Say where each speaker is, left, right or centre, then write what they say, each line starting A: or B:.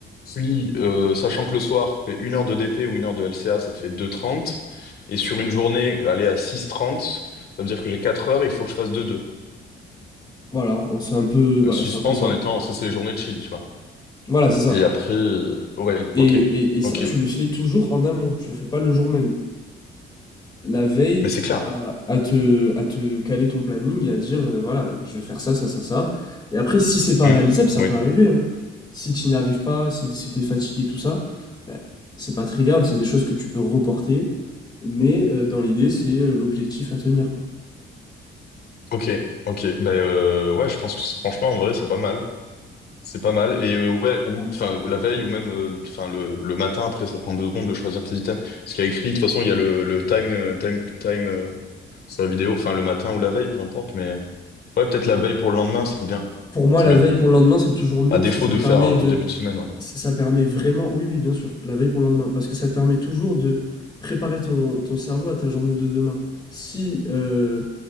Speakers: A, on the left; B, on the left.
A: puis euh, sachant que le soir, je fais 1 heure de DP ou une heure de LCA, ça fait deux trente. Et sur une journée, aller à six trente, ça veut dire que j'ai 4 heures, il faut que je fasse deux deux.
B: voilà, c'est un peu, voilà,
A: 6 6h30
B: c'est un peu ça.
A: en étant, ça c'est les journées chill, tu vois.
B: Voilà, c'est ça.
A: Et après, euh, ouais,
B: Et,
A: ok,
B: et, et ça,
A: ok.
B: tu le fais toujours en amont, tu le fais pas le jour même. la veille
A: Mais c'est clair.
B: à, à te, à te caler ton planning et à dire euh, voilà, je vais faire ça, ça, ça, ça. Et après, si c'est pas
A: Mm.
B: réalisable, ça
A: Oui,
B: peut arriver. hein. Si tu n'y arrives pas, si, si t'es fatigué, tout ça, ben, c'est pas très grave, c'est des choses que tu peux reporter, mais euh, dans l'idée, c'est euh, l'objectif à tenir, quoi.
A: ok, ok. Ben euh, ouais, je pense que c'est- franchement, en vrai, c'est pas mal. C'est pas mal. Et euh, ouais, ou enfin ou la veille ou même euh, enfin le, le matin après, ça prend deux secondes de choisir tes items. Parce qu'il y a écrit, de toute façon, il y a le, le time euh, time time euh, sur la vidéo, enfin le matin ou la veille, peu importe. Mais ouais, peut-être la veille pour le lendemain, c'est bien,
B: Pour moi,
A: c'est
B: la
A: bien.
B: veille pour le lendemain, c'est toujours mieux
A: À défaut
B: parce que ça
A: de
B: te permet
A: faire euh,
B: de.
A: début de semaine, ouais.
B: Ça ça permet vraiment. Oui, oui, bien sûr, la veille pour le lendemain. Parce que ça te permet toujours de préparer ton, ton cerveau à ta journée de demain. Si euh,